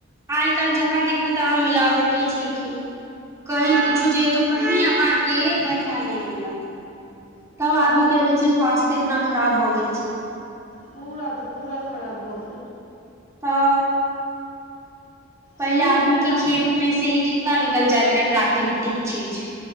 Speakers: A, on the right; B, on the left.
A: आइ काल्हि जहाँ देखबै तहां मिलावटे छै की कही कुछो जईयो तो कही अहाँके बढ़िआं नहि मिलत तब
B: हँ
A: आदमी के देखै छियै स्वास्थ्य इतना खराब भऽ गेल छै
B: पूरा तऽ पूरा खराब भऽ गेल।
A: तऽ। पहिले
B: शरीर
A: आदमीके
B: मे तागते
A: खेतमे
B: ने।
A: से ही कितना निकल जाइत रहे प्राकृतिक चीज।